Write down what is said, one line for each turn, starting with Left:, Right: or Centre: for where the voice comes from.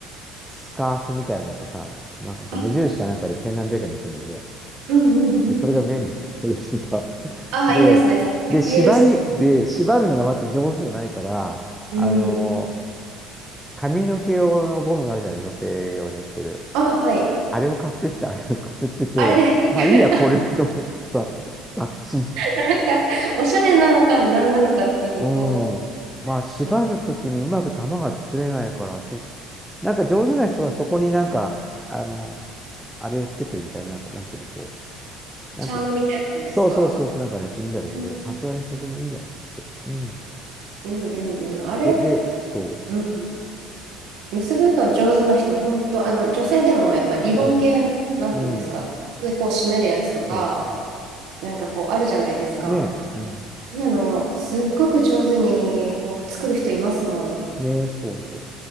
Centre: スカーフみたいなのがあってさ、なんか無印かなんかで千何百円で売ってるんだけど、
Right: あ、うんうんうん。
Centre: で、それが便利、<laughs> それをしてた。<laughs>
Right: あ、
Centre: で、
Right: いいですね。サッカー冷えるし。
Centre: で、縛り、で、縛るのがまた上手じゃないから、
Right: うん。
Centre: あの、髪の毛用のゴムがあるじゃない、女性用に売ってる。
Right: あ、はい。
Centre: あれを買ってきて、あれを <laughs> くくってて、
Right: あれで、
Centre: まあいいや、
Right: <laughs>
Centre: これ <laughs> でと思ってさ、楽ちんだし
Right: なんか、おしゃれなのか何なのかっていう、
Centre: う
Right: こ
Centre: ん。まあ、縛るときにうまく玉が作れないから、
Right: う、なんか
Centre: ちょっと、なんか上手な人はそこになんか、あの、あれをつけてるみたいな、なんか、なんていうの、こう、
Right: チャームみたいなのですか
Centre: なんていうの。そうそうそうそう、なんかね、するみたいだけど、
Right: うん
Centre: さすがにそこもいいや。うん。
Right: うんうんうん。あれ、
Centre: で、で、そ
Right: うん。結ぶの上手な人、本当あの、女性でもやっぱりリボン系の、
Centre: う。うん。
Right: なんていうんですか、
Centre: うん。
Right: で、こう締めるやつとか、
Centre: そうそ
Right: なんかこうあるじゃないですか。
Centre: う。ねえ。うん。
Right: あんなの、すっごく上手に、こう、作る人いますもん。
Centre: ねえ、そうそう。